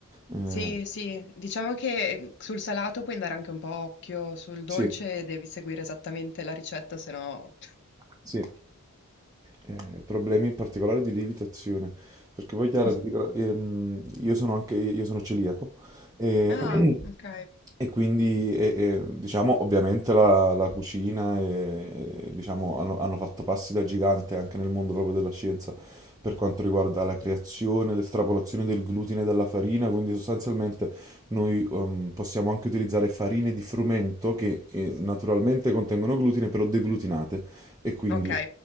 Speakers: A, on the right; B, on the left.
A: Eh,
B: Sì, sì, diciamo che eh, sul salato puoi andare anche un po' a occhio, sul dolce
A: sì.
B: devi seguire esattamente la ricetta, se no...
A: Sì, Eh, problemi in particolare di lievitazione, perché poi Chiara,
B: <laughs>
A: ti dico, la- ehm, io sono anche, io sono celiaco e,
B: Ah,
A: <clears throat>
B: ok.
A: e quindi, e- e, diciamo, ovviamente la, la cucina e, e, diciamo, hanno, hanno fatto passi da gigante anche nel mondo proprio della scienza per quanto riguarda la creazione, l'estrapolazione del glutine dalla farina, quindi sostanzialmente noi ehm, possiamo anche utilizzare farine di frumento che eh, naturalmente contengono glutine, però deglutinate. E quindi,
B: Ok.